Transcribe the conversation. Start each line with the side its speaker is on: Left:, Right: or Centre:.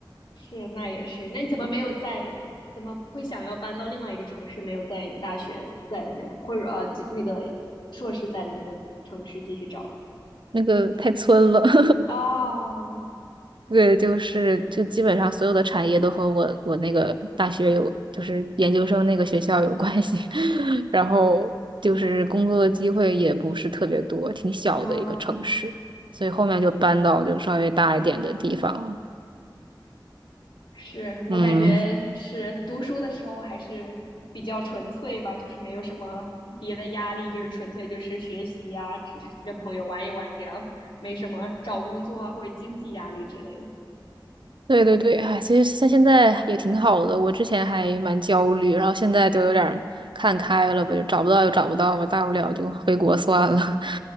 Left: 是，那也是。那你怎么没有在？怎么会想要搬到另外一个城市？没有在你大学在的那个，或者呃，继那个硕士在的那个城市继续找
Right: 那个太村了。<laughs>
Left: 呢哦，
Right: 对，就是就基本上所有的产业都和我我那个大学有，就是研究生那个学校有关系，<laughs> 然后就是工作的机会也不是特别多，挺小的一个城市，
Left: 嗯，
Right: 所以后面就搬到就稍微大一点的地方了
Left: 是我感觉是读书的时候还是比较纯粹吧，
Right: 嗯，
Left: 就是没有什么别的压力，就是纯粹就是学习啊，只是跟朋友玩一玩这样，没什么找工作啊或者经济压力之类的。
Right: 对对对，哎，其实像现在也挺好的。我之前还蛮焦虑，然后现在就有点儿看开了吧，就找不到就找不到吧，大不了就回国算了，